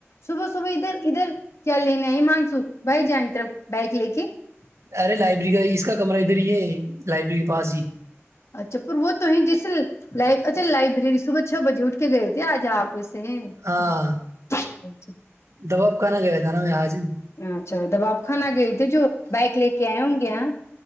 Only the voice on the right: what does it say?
ارے لائبریری کا اس کا کمر ادھر ہی ہے لائبریری کے پاس ہی
ہاں
دباب کہا گیا تھا نا میں آاج ہی <unintelligible>